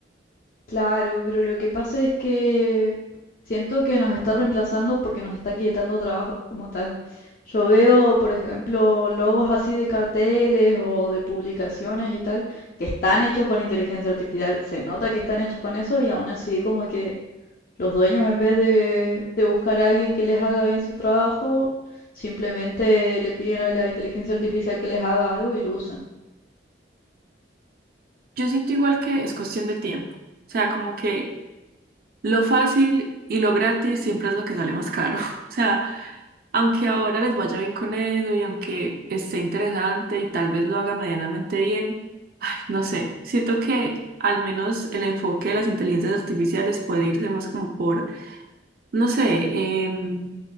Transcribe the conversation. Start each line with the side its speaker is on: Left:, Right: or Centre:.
Left: Claro, pero lo que pasa es que siento que nos está reemplazando porque nos está quitando trabajo como tal. Yo veo, por ejemplo, logos así de carteles o de publicaciones y tal, que están hechos con inteligencia artificial. Se nota que están hechos con eso y aún así como que Los dueños, en vez de, de buscar a alguien que les haga bien su trabajo, simplemente le piden a la inteligencia artificial que les haga algo y lo usan.
Right: Yo siento igual que es cuestión de tiempo. O sea, como que lo fácil y lo gratis siempre es lo que sale más caro. <laughs> O sea, aunque ahora les vaya bien con eso y aunque esté interesante y tal vez lo haga medianamente bien, ay, no sé, siento que al menos el enfoque de las inteligencias artificiales puede irse más como por no sé, em,